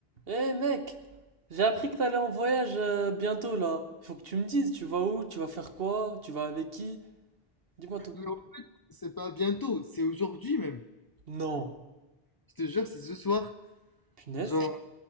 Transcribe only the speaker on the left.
Non, c'est pas bientôt, c'est aujourd'hui même.
Je te jure, c'est ce soir.
Genre,